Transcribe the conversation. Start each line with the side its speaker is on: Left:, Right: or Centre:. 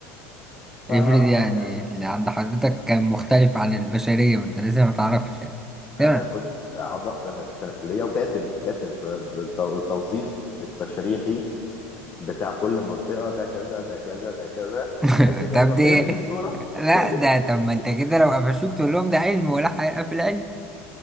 Left: ما
Centre: افرض
Left: اعرفش
Centre: يعني
Left: يعني
Centre: اللي عند حضرتك كان مختلف عن البشرية وانت لسه ما تعرفش يعني تمام
Left: انا كنت اعضاء تنا- تناسليه وكاتب كاتب التو- التوظيف التشريحي بتاع كل منطقه ده كذا ده كذا ده كذا
Centre: <laughs>
Left: بحيث ان
Centre: طب
Left: اللي ما
Centre: دي
Left: فهمش الصوره
Centre: لا
Left: <laughs>
Centre: ده طب ما انت كده لو قفشوك تقول لهم ده علم ولا حقيقة في العلم